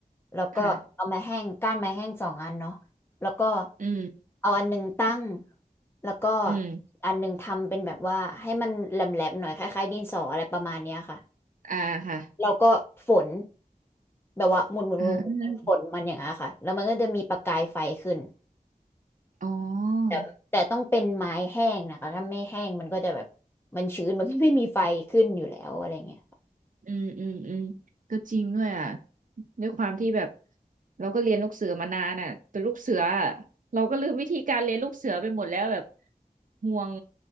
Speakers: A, on the left; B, on the right.
A: แล้วก็เอาไม้แห้งก้านไม้แห้งสองอันเนาะ
B: ค่ะ
A: แล้วก็
B: อืม
A: เอาอันหนึ่งตั้งแล้วก็
B: อืม
A: อีกอันหนึ่งทำเป็นแบบว่าให้มันแหลมๆหน่อยคล้ายๆดินสออะไรประมาณเนี้ยค่ะ
B: อ่าค่ะ
A: เราก็ฝนแบบว่าหมุนหมุนหมุนหมุนฝนมันอย่างเงี้ยค่ะแล้วมันก็จะมีประกายไฟขึ้น
B: อ่าอ๋อ
A: แต่แต่ต้องเป็นไม้แห้งนะคะถ้าไม่แห้งมันก็จะแบบมันชื้นมันก็ไม่มีไฟขึ้นอยู่แล้วอะไรเงี้ย
B: อืมอืมอืมก็จริงด้วยอ่ะด้วยความที่แบบเราก็เรียนลูกเสือมานานอ่ะแต่ลูกเสืออะเราก็ลืมวิธีการเรียนลูกเสือไปหมดแล้วแบบห่วง